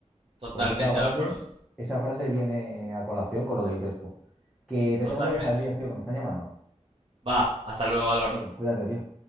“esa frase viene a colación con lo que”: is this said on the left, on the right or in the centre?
Centre